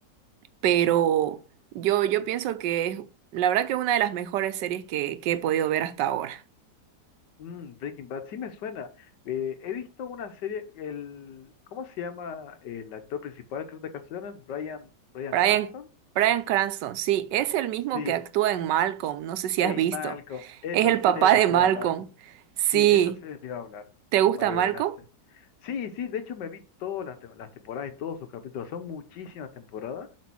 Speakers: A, on the right; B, on the left.
A: pero yo, yo pienso que es la verdad que una de las mejores series que que he podido ver hasta ahora.
B: Mm, Breaking Bad, sí me suena. Eh, he visto una serie, el, ¿cómo se llama el actor principal? Creo que de ocasiones, Brian, Bryan Bryan
A: Brian,
B: Cranston.
A: Brian Cranston, sí, es el mismo
B: Sí,
A: que actúa en Malcolm, no sé si
B: en
A: has visto.
B: Malcolm. Esa
A: Es el
B: serie
A: papá
B: de la
A: de
B: te
A: Malcolm.
B: iba a hablar.
A: Sí,
B: Sí, de esa serie te iba a hablar.
A: ¿te gusta
B: Eh,
A: Malcolm?
B: la se- sí, sí, de hecho me vi todas las, te- las temporadas y todos sus capítulos. Son muchísimas temporadas